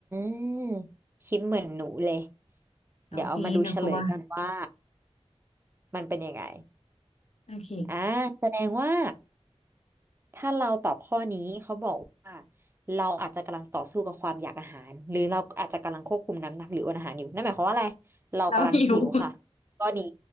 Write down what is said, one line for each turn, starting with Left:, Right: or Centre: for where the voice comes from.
Right: าคิดเหมือนหนูเลย
Left: โอเคหนูกลัว
Right: เดี๋ยวเอามาดูเฉลยกันว่ามันเป็นยังไง
Left: โอเค
Right: อ่าแสดงว่าถ้าเราตอบข้อนี้เขาบอกว่าเราอาจจะกำลังต่อสู้กับความอยากอาหารหรือเราอาจจะกำลังควบคุมน้ำหนักหรืออดอาหารอยู่นั่นหมายความว่าอะไรเรากำลังหิวค่ะ
Left: เราหิว <laughs>
Right: ข้อนี้